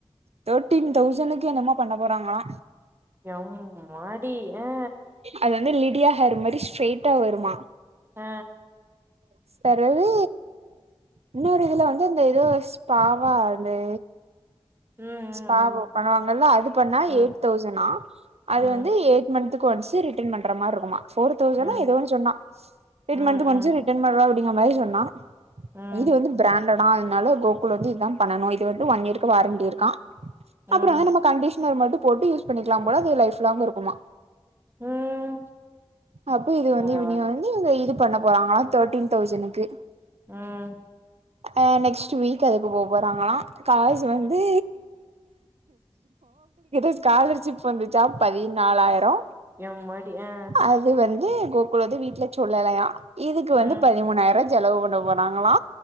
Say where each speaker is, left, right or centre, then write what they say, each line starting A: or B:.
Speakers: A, on the right (about 80°); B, on the right (about 20°).
A: தேட்டீன் தௌசனுக்கு என்னமோ பண்ண போறாங்களா.
B: எம்மாடி எ
A: அது வந்து லிடியா ஹேர் மாரி ஸ்ட்ரெய்ட்டா வருமா.
B: அ
A: ஸ் பெறவு இன்னொரு இதுல வந்து அந்த எதோ ஸ்பாவா அது
B: ம்
A: ஸ்பாவோ பண்ணுவாங்கள்லா அது பண்ணா
B: ம்
A: எய்ட்தௌசனா அது
B: ம்
A: வந்து ஏ ட் மந்துக்கு ஒன்ஸு ரிட்டன் பண்ற மார்ருக்குமா. ஃபோர் தௌசணா
B: ம் ம்
A: எதோ ஒன்னு சொன்னா எய்ட்
B: ம்
A: மந்த்க்கு ஒன்ஸு ரிட்டன் பண்ற அப்டிங்கற மாரி சொன்னா.
B: ம்
A: இது வந்து பிராண்டடா அதனால கோகுல் வந்து இதா பண்ணணு இது வந்து ஒன்இயர்கு வாரண்டி இருக்கா.
B: ம்
A: அப்பறமே நம்ம கண்டிஷ்னர் மட்டு போட்டு யூஸ் பண்ணிக்லாம் போல அது லைஃப்லாங் இருக்குமா.
B: ம்
A: அப்போ இது வந்து
B: பரவால்ல
A: இவிங்க வந்து இவுங்க இது பண்ண போறாங்களா தேட்டீன் தௌசணுக்கு.
B: ம்.
A: அ நெக்ஸ்ட் வீக் அதுக்கு போ போறாங்களா. காசு வந்து <unintelligible> ஸ்காலர்ஷிப் வந்துச்சா பதிநாலாயிரோ.
B: யம்மாடி அ
A: அது வந்து கோகுல் வந்து வீட்ல சொல்லலையா இதுக்கு வந்து
B: ம்
A: பதிமூணாயிருவா செலவு பண்ண போறாங்களா.